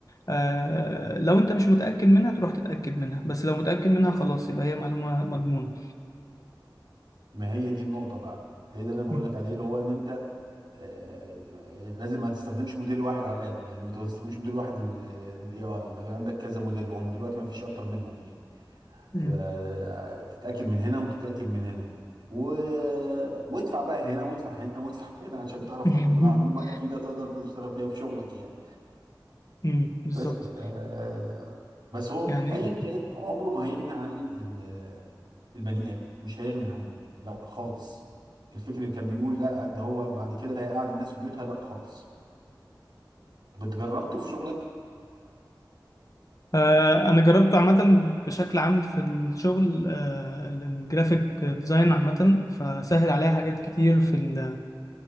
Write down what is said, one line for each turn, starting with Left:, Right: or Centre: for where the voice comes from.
Left: آه، لو انت مش متأكد منها تروح تتأكد منها بس لو متأكد منها خلاص يبقى هي معلومة مضمونة
Right: ما هي دي النقطة بقى هي ده اللي انا بقول
Left: مم.
Right: لك عليه اللي هو ان انت آه، لازم ما تستخدمش موديل واحد على الاقل يعني ما تستخدمش موديل واحد للاي اي يبقى عندك كذا موديل وهم دلوقتي ما فيش اكتر منهم يعني
Left: مم.
Right: آه، تتاكد من هنا وتتاكد من هنا و... وادفع بقى هنا وادفع هنا وادفع <laughs> هنا عشان تعرف
Left: <laughs>
Right: تاخد المعلومه اكيده تقدر تشتغل فيها بشغلك يعني
Left: مم. بالظبط
Right: بس آه، بس هو
Left: يعني
Right: ايا كان عمره ما هيغني عن ال- البني ادم مش هيغني عنه لا خالص الفكر اللي كان بيقول لا ده هو بعد كده هيقعد الناس في بيوتها لا خالص طب انت جربته في شغلك
Left: آه، انا جربته عامه بشكل عام في الشغل آه، ال- الجرافيك ديزاين عامه فسهل عليها حاجات كتير في ال